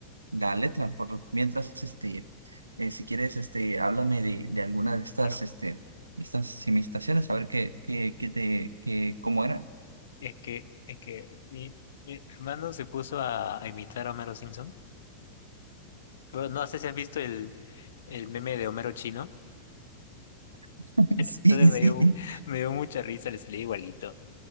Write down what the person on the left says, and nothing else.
Claro.
Es que, es que mi, mi hermano se puso a, a imitar a Homero Simpson. Bueno, no sé si has visto el, el meme de Homero chino.
Entonces me
dio, me dio mucha risa, le salía igualito.